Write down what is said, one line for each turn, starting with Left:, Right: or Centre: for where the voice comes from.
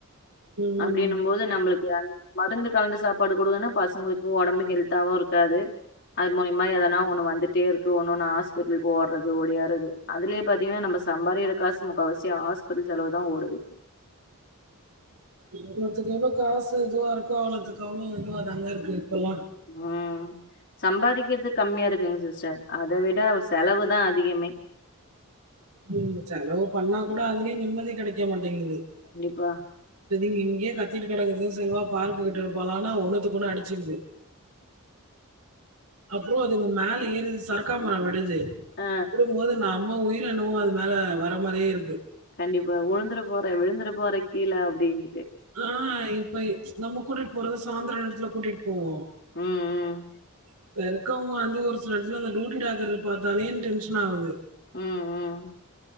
Right: ம்.
Left: அப்படின்னும் போது நம்மளுக்கு அந்த மருந்து கலந்த சாப்பாடு குடுங்கன்னா பசங்களுக்கு உடம்பு ஹெல்த்தாவு இருக்காது அது மூலியமா எதனா ஒண்ணு வந்துட்டே இருக்கு ஒன்னு ஒன்னா ஹாஸ்பிட்டலுக்கு ஓடுறது ஓடியாறது அதுலயே பாத்தீங்கன்னா நம்ம சம்பாரிக்கிர காசு முக்காவாசி ஹாஸ்பிட்டல் செலவு தா ஓடுது
Right: எவ்ளோதிக்கு எவ்வளோ காசு இதுவா இருக்கோ அவ்ளவுதுக்கு அவ்ளோ இதுவாதாங்க இருக்கு இப்பல்லா
Left: ஆ சம்பாரிக்கிறது கம்மியா இருக்குங்க சிஸ்டர் அத விட செலவு தா அதிகமே
Right: ம் செலவு பண்ணா கூட அதுலயு நிம்மதி கெடைக்க மாட்டேங்குது
Left: கண்டிப்பா
Right: இப்ப நீங்க இங்கயே கத்திட்டு கெடக்குது செரி வா பார்க்கு கிட்டுட்டு போலான்னா ஒண்ணுத்துக்கு ஒன்னு அடிச்சுக்குது அப்புறோ அதுங்க மேல ஏறுது சருக்கா மர விடுது
Left: ஆ
Right: விடும்போது நா நம்ம உயிரென்னவோ அது மேல வர மாரியே இருக்கு
Left: கண்டிப்பா உழுந்துர போற விழுந்துர போற கீழ அப்டின்
Right: ஆ இப்ப நம்ம கூட போறது சாயந்திர நேரத்துல கூட்டிட்டு போவோ
Left: உம் ம்
Right: இப்ப இருக்கவங்க வந்து ஒரு சில எடத்துல அந்த டியூட்டி டாக்டர பாத்தாலே டென்ஷன் ஆகுது
Left: உம் ம்